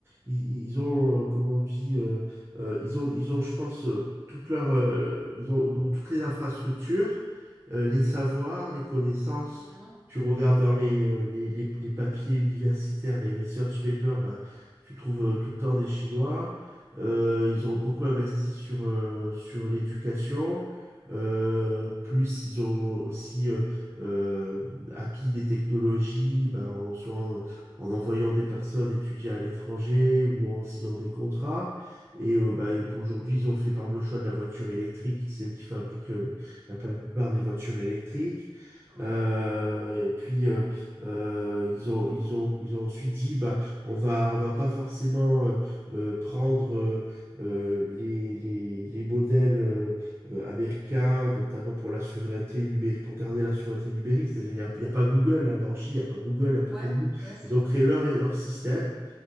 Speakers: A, on the right; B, in the centre.
A: ils, ils ont, euh, comment on dit, euh, euh, ils ont, ils ont, je pense, euh, toutes leurs, euh, ils ont, ils ont toutes les infrastructures, euh, les savoirs, les connaissances.
B: Mhm.
A: Tu regardes dans les, euh, les, les- les papiers universitaires, les research papers, bah, tu trouves euh, tout le temps des Chinois. Euh, ils ont beaucoup investi sur, euh, sur l'éducation. Euh, plus ils ont aussi euh, euh, acquis des technologies, bah, en- soit en- en envoyant des personnes étudier à l'étranger ou en signant des contrats. Et euh, bah, aujourd'hui, ils ont fait par exemple, le choix de la voiture électrique. C'est eux qui fabriquent euh, les- la plupart des voitures électriques.
B: Ouais,
A: Euh, et puis euh, euh, ils ont ils ont ils ont ensuite dit bah on va on va pas forcément euh, euh, prendre euh, euh, les, les les modèles euh, euh, américains notamment pour la souveraineté numérique pour garder la souveraineté numérique c'est-à-dire il y a, il y a pas Google là-bas en Chine il y a pas Google il y a pas
B: ouais,
A: Facebook
B: ouais, c'est
A: ils
B: vrai.
A: ont créé leur, leur système.